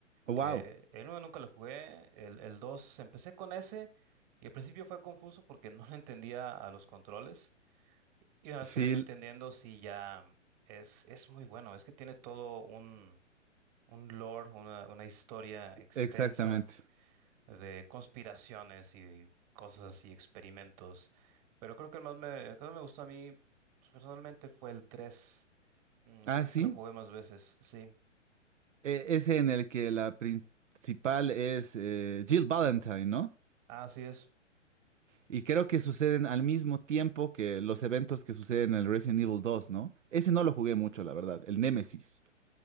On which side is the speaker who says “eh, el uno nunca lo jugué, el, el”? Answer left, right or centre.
Right